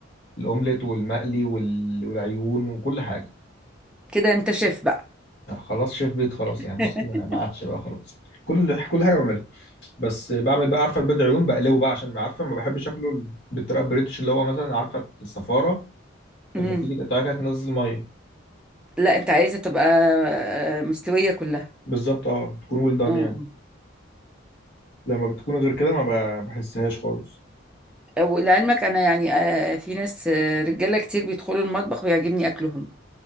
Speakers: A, on the left; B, in the centre.
A: الاومليت والمقلي وال- والعيون وكل حاجه
B: كده انت شيف بقى
A: خلاص شيف بيت خلاص
B: <laughs>
A: يعني بص ما ما عادش بقى خلاص كل كل حاجه بعملها بس بعمل بقى عارفه البيض عيون بقلبه بقى عشان ما عارفه ما بحبش اكله بالطريقه البريتش اللي هو مثلا عارفه الصفاره
B: امم
A: لما تيجي تقطعها كده تنزل ميه
B: لا انت عايزه تبقى آه، مستويه كلها
A: بالظبط اه تكون ويل دان
B: اه
A: يعني لما بتكون غير كده ما ب- بحسهاش خالص
B: آه. ولعلمك انا يعني آه، في ناس آه، رجاله كتير بيدخلوا المطبخ بيعجبني اكلهم